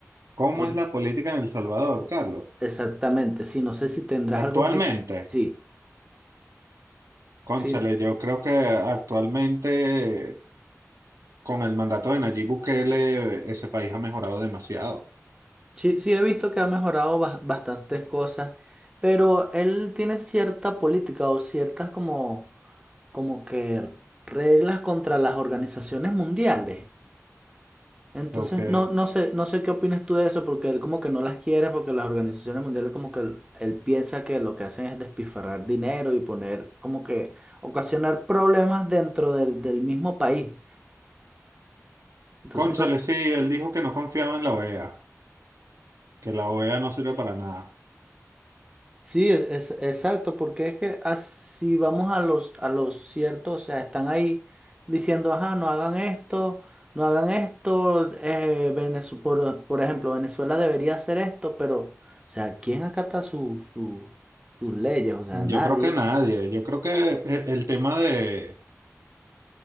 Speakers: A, on the right (about 85°); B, on the right (about 20°).
A: ¿Cómo
B: No s-
A: es la política en El Salvador, Carlos?
B: exactamente, sí, no sé si tendrás
A: Actualmente,
B: algún tipo. Sí,
A: cónchale,
B: sí,
A: yo creo que actualmente con el mandato de Nayib Bukele ese país ha mejorado demasiado.
B: sí, sí he visto que ha mejorado bas- bastantes cosas, pero él tiene cierta política o ciertas como, como que reglas contra las organizaciones mundiales. Entonces,
A: Ok.
B: no, no sé, no sé qué opinas tú de eso, porque él como que no las quiere, porque las organizaciones mundiales como que él, él piensa que lo que hacen es despilfarrar dinero y poner como que ocasionar problemas dentro del, del mismo país. Entonces,
A: Cónchale,
B: no,
A: sí, él dijo que no confiaba en la OEA, que la OEA no sirve para nada.
B: Sí, es, es- exacto, porque es que así vamos a los, a los ciertos, o sea, están ahí diciendo, ajá, no hagan esto, no hagan esto, eh, Venezu- por, por ejemplo, Venezuela debería hacer esto, pero, o sea, ¿quién acata su, su- sus leyes? O sea, nadie.
A: Yo creo que nadie, yo creo que eh, el tema de